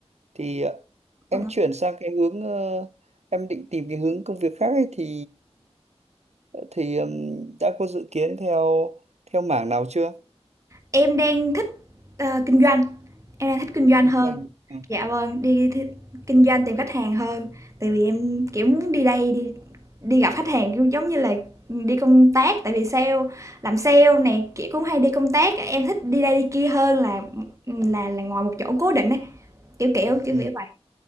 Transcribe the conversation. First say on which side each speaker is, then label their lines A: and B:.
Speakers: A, on the right; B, on the right.
A: thì ờ, em
B: ạ.
A: chuyển sang cái hướng ờ, em định tìm cái hướng công việc khác ấy, thì ờ, thì ừm, đã có dự kiến theo theo mảng nào chưa
B: Em đang thích, ờ, kinh doanh. Em đang thích kinh doanh
A: kinh
B: hơn.
A: doanh ừ.
B: Dạ vâng, đi thi- kinh doanh tìm khách hàng hơn. Tại vì em kiểu muốn đi đây đi đi gặp khách hàng kiểu giống như là đi công tác tại vì sale làm sale này kiểu cũng hay đi công tác em thích đi đây đi kia hơn là là là ngồi một chỗ cố định ấy kiểu kiểu kiểu
A: Ừ.
B: kiểu vậy